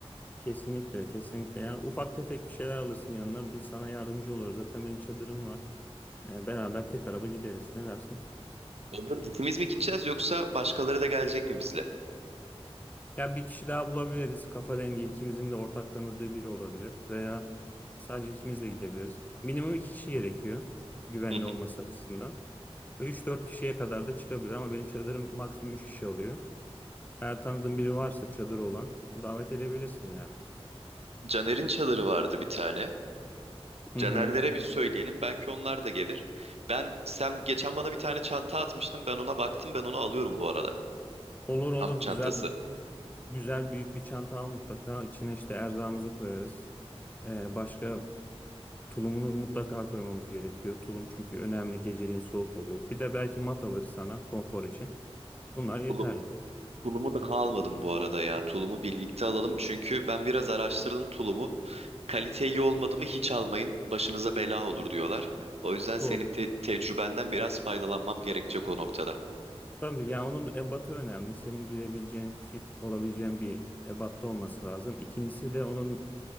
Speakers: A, on the left; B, on the right.
A: kesinlikle kesinlikle. Yani ufak tefek bir şeyler alırsın yanına. Biz sana yardımcı oluruz. Zaten benim çadırım var. Ee, beraber tek araba gideriz. Ne dersin?
B: Olur. İkimiz mi gideceğiz yoksa başkaları da gelecek mi bizle?
A: Ya bir kişi daha bulabiliriz. Kafa dengi ikimizin de ortak tanıdığı biri olabilir. Veya sadece ikimiz de gidebiliriz. Minimum iki kişi gerekiyor. Güvenli
B: Hı hı.
A: olması açısından. Ve 3-4 kişiye kadar da çıkabilir ama benim çadırım maksimum 3 kişi alıyor. Eğer tanıdığın biri varsa çadır olan davet edebilirsin yani.
B: Caner'in çadırı vardı bir tane.
A: Hı
B: Caner'lere
A: hı.
B: bir söyleyelim. Belki onlar da gelir. Ben sen geçen bana bir tane çanta atmıştın. Ben ona baktım. Ben onu alıyorum bu arada.
A: Olur olur
B: Kamp çantası.
A: güzel güzel büyük bir çanta al mutlaka. İçine işte erzağımızı koyarız. Ee, başka tulumunu mutlaka koymamız gerekiyor. Tulum çünkü önemli geceliğin soğuk oluyor. Bir de belki mat alır sana konfor için. Bunlar yeterli.
B: Tulum- Tulumu daha almadım bu arada ya. Tulumu birlikte alalım çünkü ben biraz araştırdım tulumu. Kalite iyi olmadı mı hiç almayın. Başınıza bela olur diyorlar. O yüzden senin
A: Doğru.
B: te- tecrübenden biraz faydalanmam gerekecek o noktada.
A: Tabii ya onun ebatı önemli. Senin girebileceğin, fit olabileceğin bir ebatta olması lazım. İkincisi de onun